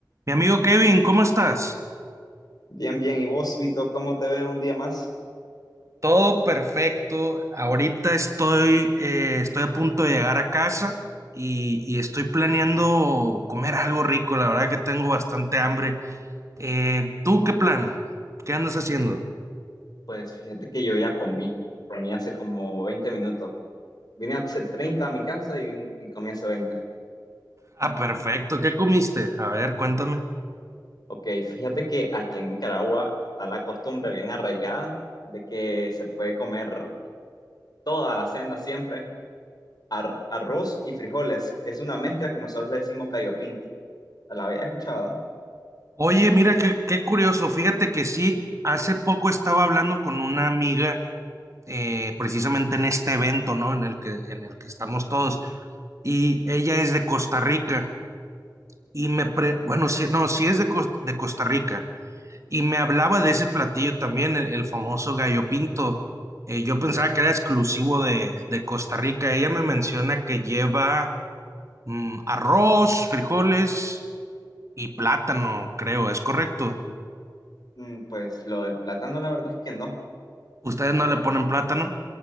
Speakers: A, on the right; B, on the left.
A: Mi amigo Kevin, ¿cómo estás?
B: Bien, bien. ¿Y vos, Vito, cómo te ves un día más?
A: Todo perfecto. Ahorita estoy, eh, estoy a punto de llegar a casa y, y estoy planeando comer algo rico. La verdad que tengo bastante hambre. Eh, ¿tú qué plan? ¿Qué andas haciendo?
B: Pues fíjate que yo ya comí, comí hace como 20 minutos. Vine hace 30 a mi casa y, vin- y comí hace veinte
A: Ah, perfecto. ¿Qué comiste? A ver, cuéntame.
B: Ok, fíjate que aquí en Nicaragua está la costumbre bien arraigada de que se puede comer toda la cena siempre, ar- arroz y frijoles. Es una mezcla que nosotros le decimos gallo pinto. ¿La había escuchado?
A: Oye, mira qué, qué curioso. Fíjate que sí, hace poco estaba hablando con una amiga eh, precisamente en este evento, ¿no? En el que, en el que estamos todos. Y ella es de Costa Rica. y me, pre, bueno, si, no, si es de, Cos- de Costa Rica, y me hablaba de ese platillo también, el, el famoso gallo pinto. Eh, yo pensaba que era exclusivo de, de Costa Rica. Ella me menciona que lleva mm, arroz, frijoles y plátano, creo, ¿es correcto?
B: Mm, pues lo del plátano la verdad es que no.
A: ¿Ustedes no le ponen plátano?